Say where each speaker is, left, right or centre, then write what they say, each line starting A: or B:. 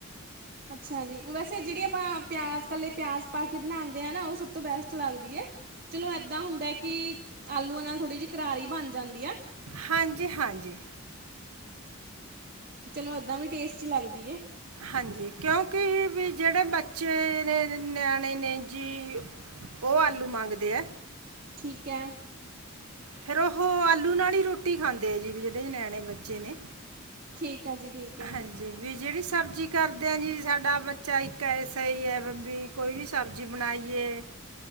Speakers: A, on the right; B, on the right.
A: ਅੱਛਾ ਜੀ, ਵੈਸੇ ਜਿਹੜੀ ਆਪਾਂ ਪਿਆਜ ਕੱਲੇ ਪਿਆਜ ਪਾ ਕੇ ਬਣਾਦੇ ਆ ਨਾ ਉਹ ਸਭ ਤੋਂ ਬੈਸਟ ਲੱਗਦੀ ਏ। ਚਲੋ ਏਦਾਂ ਹੁੰਦਾ ਕਿ ਆਲੂਆਂ ਨਾਲ ਥੋੜ੍ਹੀ ਜਿਹੀ ਕਰਾਰੀ ਬਣ ਜਾਂਦੀ ਐ।
B: ਹਾਂਜੀ-ਹਾਂਜੀ।
A: ਚਲੋ ਏਦਾਂ ਵੀ ਟੇਸਟੀ ਲੱਗਦੀ ਏ।
B: ਹਾਂਜੀ, ਕਿਉਂਕਿ ਵੀ ਜਿਹੜੇ ਬੱਚੇ ਨੇ ਨਿਆਣੇ ਨੇ ਜੀ ਉਹ ਆਲੂ ਮੰਗਦੇ ਐ।
A: ਠੀਕ ਹੈ।
B: ਫੇਰ ਉਹ ਆਲੂ ਨਾਲ ਹੀ ਰੋਟੀ ਖਾਂਦੇ ਆ ਜੀ, ਵੀ ਜਿਹੜੇ ਨਿਆਣੇ ਬੱਚੇ ਨੇ।
A: ਠੀਕ। ਹੈ ਜੀ ਠੀਕ ਹੈ
B: ਹਾਂਜੀ ਵੀ ਜਿਹੜੀ ਸਬ ਸਬਜ਼ੀ ਕਰਦੇ ਹਾਂ ਜੀ ਸਾਡਾ ਬੱਚਾ ਇੱਕ ਐਸਾ ਈ ਏ ਵੀ ਕੋਈ ਵੀ ਸਬਜ਼ੀ ਬਣਾਈਏ